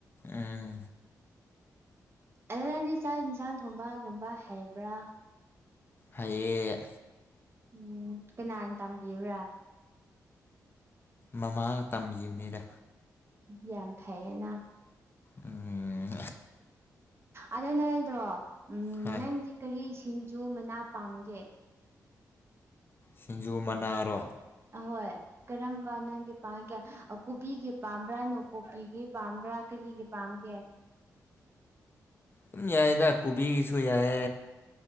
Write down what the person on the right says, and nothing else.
ꯑꯗꯨ ꯅꯪꯗꯤ ꯆꯥꯛ ꯌꯦꯟꯁꯥꯡ ꯊꯣꯡꯕꯒꯨꯝꯕ ꯍꯩꯕ꯭ꯔꯥ
ꯎꯝ ꯀꯅꯥꯅ ꯇꯝꯕꯤꯕ꯭ꯔꯥ
ꯌꯥꯝ ꯐꯩꯌꯦꯅ
ꯑ ꯅꯣꯏꯗꯣ ꯎꯝ
ꯅꯪꯗꯤ ꯀꯔꯤ ꯁꯤꯡꯖꯨ ꯃꯅꯥ ꯄꯥꯝꯒꯦ
ꯑꯍꯣꯏ ꯀꯔꯝꯕ ꯅꯪꯒꯤ ꯄꯥꯝꯒꯦ ꯀꯣꯕꯤꯒꯤ ꯄꯥꯝꯕ꯭ꯔꯥ ꯅꯥꯀꯨꯞꯄꯤꯒꯤ ꯄꯥꯝꯕ꯭ꯔꯥ ꯀꯔꯤꯒꯤ ꯄꯥꯝꯒꯦ